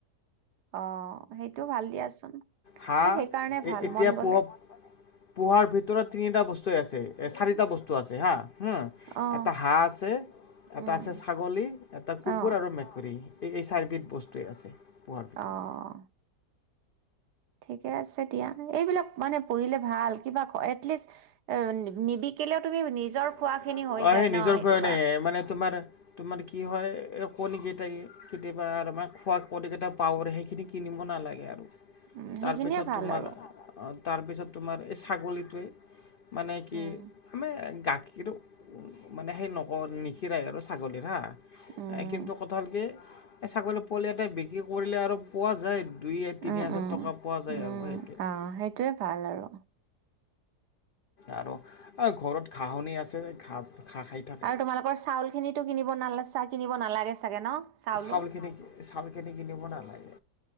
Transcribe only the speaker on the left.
হাঁহ
এ
এতিয়া
পোহ পোহাৰ ভিতৰত তিনিটা বস্তুৱেইে আছে চাৰিটা বস্তু আছে হা হু
এটা হাঁহ আছে এটা
আছে ছাগলী এটা কুকুৰ
আৰু মেকুৰী এই এই চাৰ্বধ বস্তুৱেই আছে পোহাৰ ভিতৰত
অ
সেই
নিজৰ
কাৰণে মানে তোমাৰ তোমাৰ কি হয় এই কণীকেইটাই কেতিয়াবা আৰু আম খোৱা কণীকেইটা পাৰে সেইখিনি কিনিব নালাগে আৰু
তাৰপিছত
তোমাৰ
তাৰপিছত তোমাৰ এই ছাগলীটোৱে মানে কি
আমে গ কিন্তু মানে সেই নগ নিশিৰাই আৰু ছাগলীৰ হা আহ
কিন্তু কথাালক এই ছাগলী পোৱালি এতে বিক্ৰী কৰিলে আৰু পোৱা যায়। দুই তিনি
হাজাৰ
টকা পোৱা যায়
আৰু সেইটোৱে
আৰু ঘৰত ঘাহনি আছে খায় থাক
চখিন চাউালখিনি কিিিনিব নালাগ